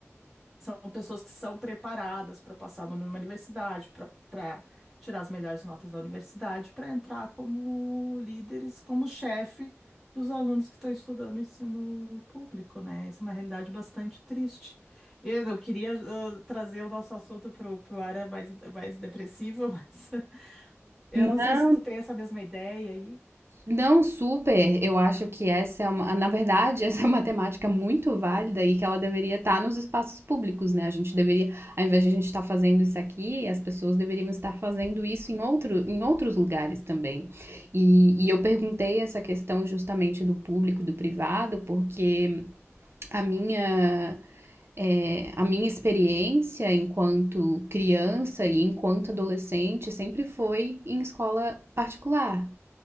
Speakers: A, in the centre; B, on the right (about 55°).
A: são pessoas que são preparadas para passar numa universidade, para tirar as melhores notas da universidade, para entrar como líderes, como chefe dos alunos que estão estudando o ensino público, né? Essa é uma realidade bastante triste. E Eu queria ah, trazer o nosso assunto para o área mais, é mais depressiva, <laughs> mas eu
B: Não,
A: não sei se tu tem essa mesma ideia aí.
B: Não, super. Eu acho que essa é uma, na verdade, <laughs> essa é uma temática muito válida e que ela deveria estar nos espaços públicos, né? A gente deveria, ao invés de a gente estar fazendo isso aqui, as pessoas deveriam estar fazendo isso em outro, em outros lugares também. E, e eu perguntei essa questão justamente do público e do privado, porque a minha é, a minha experiência enquanto criança e enquanto adolescente sempre foi em escola particular,